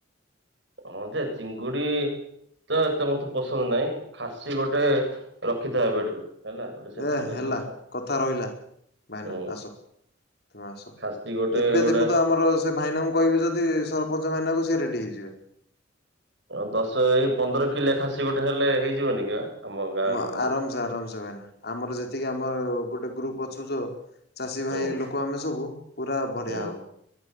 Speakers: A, on the right; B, on the left.
A: ହଁ ଯେ ଚିଙ୍ଗୁଡି ତ ଏତେ ମତେ ପସନ୍ଦ ନାହିଁ ଖାସି ଗୋଟେ ରଖିଥା ଏବେଠୁ ହେଲା। ଗୋଟେ ସେଟିଂ
B: ଏ ହେଲା
A: କରିକିରି ଖା-
B: କଥା ରହିଲା ଭାଇନା
A: ହୁଁ
B: ଆସ। ତମେ ଆସ
A: ଖାସି ଗୋଟେ
B: ଏବେ
A: ଗୋଟେ
B: ଦେଖୁତ ଆମର ସେ ଭାଇନାଙ୍କୁ କହିବି ଯଦି ସରପଞ୍ଚ ଭାଇନାଙ୍କୁ ସିଏ ରେଡି ହେଇଯିବେ।
A: ଆଉ ଦଶ ଏଇ ପନ୍ଦର କି ଲେଖା ଖାସି ଗୋଟେ ହେଲେ ହେଇଯିବନି କି ବା? ଆମ ଗାଁ
B: ମା
A: ଲୋକଙ୍କୁ।
B: ଆରାମସେ ଆରାମସେ ଭାଇନା ଆମର ଯେତିକି ଆମର ଗୋଟେ ଗ୍ରୁପ ଅଛୁ ଯୋଉ। ଚାଷୀ ଭାଇ
A: ହୁଁ
B: ଲୋକ ଆମେ ସବୁ ପୁରା ବଢିଆ
A: ହୁଁ
B: ହବ।